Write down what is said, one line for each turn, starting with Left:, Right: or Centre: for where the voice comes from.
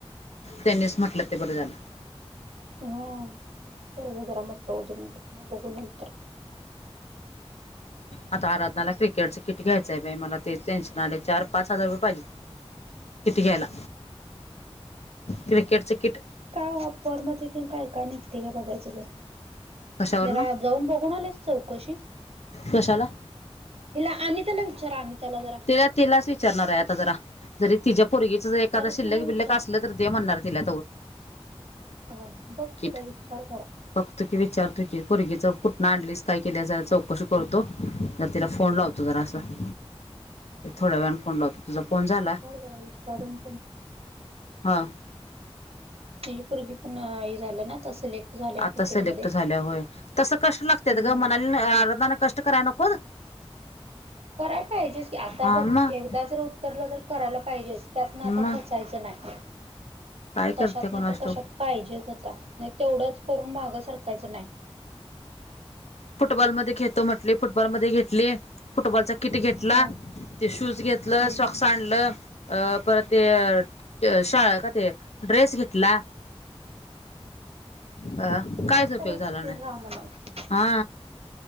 Left: त्यांनीच म्हटलं ते बरं झालं.
Right: हो.. पोरग जरा मोट होऊ दे मग बगूं नतर
Left: आता अराधना क्रिकेट च किट घ्यायचंय मला ते टेन्शन आले, चार पाच हजार रुपये पाहिजे, किती घ्यायला क्रिकेटच किट.
Right: का वापर मध्ये ते काय का निघते का बघायचं
Left: कशावर
Right: घरा
Left: ना
Right: जाऊन आलेतं चौकशी
Left: कशाला
Right: हिला अनिताला विचारा अनिताला जरा
Left: तेला तिलाच विचारणार आहे, आता जरा जरी तिच्या पुर्गीचं ज एखादा
Right: जरा
Left: शिल्लक
Right: तिला विचार
Left: बिल्लक असलं तरी ते म्हणणार तिला
Right: हा बघं
Left: किट
Right: तिला विचार जरा.
Left: बघतो की विचारतो
Right: हा
Left: की पूरगीच कुठंन आणलीस काय केल्या जरा चौकशी करतो जरा तिला फोन लावतो जरा असं.
Right: हा
Left: थोड्या वेळाने फोन लावतो तुझा
Right: विचार
Left: फोन झाला
Right: जरा विचारून
Left: हं.
Right: ती पोरगी पण हे झाल्या ना आता सिलेक्ट. झालंय
Left: आता
Right: क्रिकेटमध्ये
Left: सिलेक्ट झाल्या होय, तस कष्ट लागत्यात
Right: हम्म
Left: ग म्हणाली <unintelligible> आर्धतान कष्ट कराय नकोत.
Right: करायला पाहिजेस की, आता
Left: हा
Right: बघं
Left: मग
Right: एकदा जर उत्तरलं तर करायला पाहिजेच त्यातन आता
Left: मग
Right: खचायचं नाही,
Left: काय
Right: कशात
Left: करते कोणास
Right: नाही तर कशात
Left: ठाऊक
Right: पाहिजेच होता. नाही तेवढंच करून मागं सरखायचं नाही.
Left: फुटबॉलमध्ये घेतो म्हंटली फुटबॉल मध्ये घेतली, फुटबॉलचा किट घेतला.
Right: ह
Left: ते शूज घेतलं
Right: हम्म
Left: सॉक्स आणलं, अ परत ते ते शाळेला ते, ड्रेस घेतला अ कायच
Right: एक
Left: उपयोग
Right: तर एक
Left: झाला
Right: स्थिर
Left: नाही.
Right: राहा म्हणाव
Left: हा